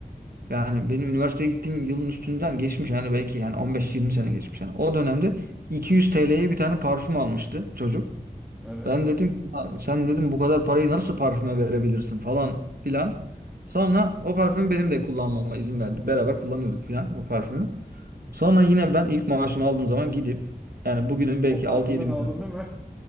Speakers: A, on the right (about 70°); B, in the centre.
A: Yani benim üniversiteye gittiğim yılın üstünden geçmiş yani belki yani 15-20 sene geçmiş yani. O dönemde 200 TL'ye bir tane parfüm almıştı çocuk.
B: Evet.
A: Ben dedim "Ya sen dedim bu kadar parayı nasıl parfüme verebilirsin falan filan. Sonra o parfümü benim de kullanmama izin verdi. Beraber kullanıyorduk filan o parfümü. Sonra yine ben ilk maaşımı aldığım zaman gidip yani bugünün belki
B: O parfümden
A: 6-7
B: aldın
A: bin
B: değil mi?